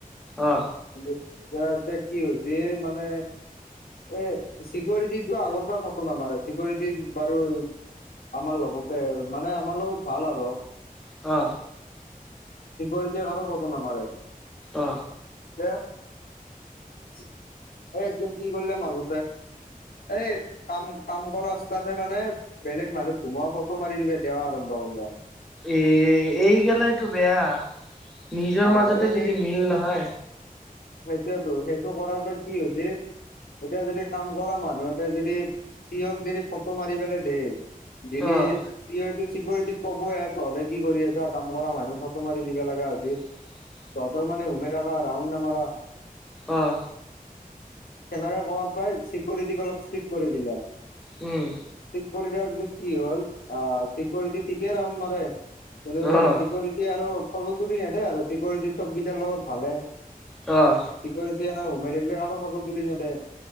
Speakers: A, in the centre; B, on the left (about 85°).
A: অ
B: এতিয়া তে কি হৈছে মানে এ চিকৰিটিটো আগৰ পৰা ফটো নামাৰে চিকৰিটি বাৰু- আমাৰ লগ গোটেই মানে আমাৰ লগ ভাল আৰু-
A: অহ।
B: চিকৰিটি আৰু ফোঁট নামাৰে
A: অ অ
B: - একদিন কি কৰিলে মাধ- এই- কাম কাম কৰ ৰাস্তাতে মানে বেলেগ মানুহ সোমোৱা ফটো মাৰি দিবে দেয়া আৰম্ভ কৰিলে।
A: এ এই গেলাইতটো বেয়া, নিজৰ
B: অ
A: মাজতে
B: এই
A: যদি
B: সেই
A: মিল নহয়।
B: সেইটোয়েতো সেইটো কৰাৰ পৰা কি হৈছে- এতিয়া যদি কাম কৰা মানুহ এটা যদি, চি অক যদি ফটো মাৰি পেলাই দেই- দিলি-
A: অ',
B: চিৰিতটো চিকিউৰিটিক কব তহঁতে কি কৰি আছা কাম কৰা মানুহ ফটো মাৰি দিবা লগা হৈছে।
A: <unintelligible>
B: তহঁতে মানে ঘুমে থাকা ৰাউণ্ড নামাৰা।
A: অহ।
B: সেনেকে কয়াৰ পাই চিকৰিটিক অলপ চিক কৰি দিলা।
A: উম।
B: থিক কৰি দিয়াৰ পিছত কি হ'ল অ চিকৰিটি ঠিকেই ৰাউন মাৰে। কিন্তু
A: অ',
B: চিকিৰিটি আৰু ফটো তুলি নেদে আৰু চিকিউৰিটি চবকেইটাৰ লগত ভালে।
A: অহ।
B: চিকিউৰিটি এনেকে ঘুমে থাকিলে কাৰোঁ ফটো তুলি নেদে